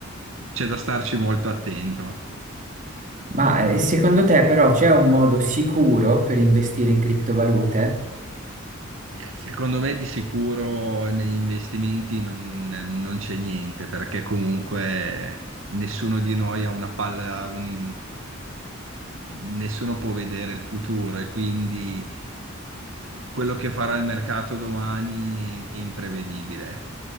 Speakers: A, on the right; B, on the right.
A: c'è da starci molto attento.
B: Ma eh, secondo te però c'è un modo sicuro per investire in criptovalute?
A: Secondo me di sicuro negli investimenti non, non c'è niente, perché comunque nessuno di noi ha una palla, un- nessuno può vedere il futuro e quindi quello che farà il mercato domani è imprevedibile.